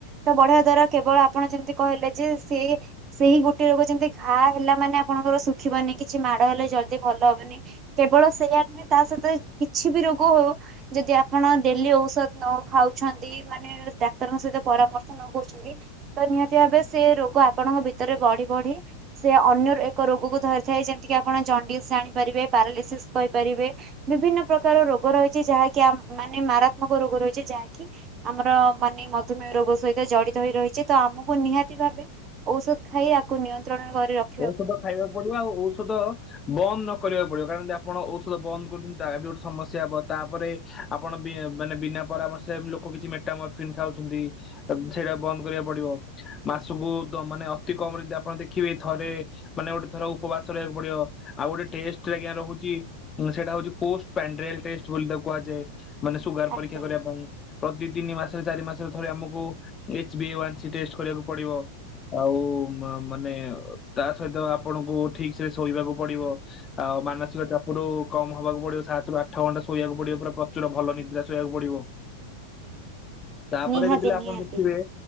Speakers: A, on the right; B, on the left.
A: ତ ବଢଆ ଦ୍ଵାରା କେବଳ ଆପଣ ଯେମିତି କହିଲେ ଯେ ସେ ସେଇ ଗୋଟେ ରୋଗ ଯେମିତି ଘା ହେଲା ମାନେ ଆପଣଙ୍କର ଶୁଖିବନି କିଛି ମାଡ଼ ହେଲେ ଜଲ୍ଦି ଭଲ ହବନି କେବଳ ସେୟା ନୁହେଁ ତା ସହିତ କିଛି ବି ରୋଗ ହଉ ଯଦି ଆପଣ ଡେଲି ଔଷଧ ନ ଖାଉଛନ୍ତି ମାନେ ଡାକ୍ତରଙ୍କ ସହିତ ପରାମର୍ ନ କରୁଛନ୍ତି ତ ନିହାତି ଭାବେ ସେ ରୋଗ ଆପଣଙ୍କ ଭିତରେ ବଢି ବଢି ସେ ଅନ୍ୟ ଏକ ରୋଗକୁ ଧରିଥାଏ ଯେମିତିକି ଆପଣ ଜଣ୍ଡିସ୍ ଜାଣିପାରିବେ ପାରାଲିସିସ୍ କହିପାରିବେ ବିଭିନ୍ନ ପ୍ରକାର ରୋଗ ରହିଛି ଯାହାକି ଆ ମାନେ ମାରାତ୍ମକ ରୋଗ ରହିଛି ଯାହାକି ଆମର ମାନେ ମଧୁମେହ ରୋଗ ସହିତ ଜିତ ରହିଛି ତ ଆମକୁ ନିହାତି ଭା ଔଷଧ ଖାଇକୁ ନିୟନ୍ତ୍ରଣ ର
B: ଔଷଧ ଖାଇବାକୁ ପଡିବ ଆଉ ଔଷଧ ବନ୍ଦ ନ କରିବାକୁ ପଡିବ କାରଣ ଯଦ ଆପଣ ଔଷଧ ବନ୍ଦ କରୁଛନ୍ତି ତା ବି ଗୋଟେ ସମସଯ୍ୟା ହବ ତାପରେ ଆପଣ ମାନେ ବିନା ପରେ ଆମର ସେ ଲୋକ କିଛି ମେଟା ମରଫନ୍ ଖାଉଛନ୍ତି ସେଇଟା ବନ୍ଦ କରିବାକୁ ପଡିବ ମାସକୁ ମାନେ ଅତି କମରେ ଯଦି ଆପଣ ଦେଖିବେ ଥରେ ମାନେ ଗୋଟେ ଥର ଉପବାସ ରହିବାକୁ ପଡିବ ଆଉ ଗୋଟେ ଟେଷ୍ଟରେ ଆଜ୍ଞା ରହୁଛି ସେଟା ହଉଛି ପୋଷ୍ଟ ପଲ କୁହାଯାଏ ମାନେ ସୁଗାର
A: ଆଜ୍ଞା।
B: ପରୀକ୍ଷା କରିବା ପାଇଁ। ପ୍ରତି ତିନି ମାସରେ ଚାରି ମାସରେ ଥରେ ଆମକୁ ଏଚ କରିବାକୁ। ପଡିବ ଆଉ ମାନେ। ତା ସହିତ ଆପଣଙ୍କୁ ଠିକ ସେରେ ଶୋଇବାକୁ ପଡିବ ଆଉ ମାନସିକ ଚାପ ରୁ କମ ହବାକୁ ପଡିବ ସାତ ରରୁ ଆଠ ଘଣ୍ଟା ଶୋଇବାକୁ ପଡିବ ପୁରା ପ୍ରଚୁର ଭଲ ନିର୍ଦ ଶକୁ ପଡିବ ତାପରେ
A: ନିହାତି
B: ଯଦ ଆପଣ
A: ନିହାତି
B: ଦେଖିବେ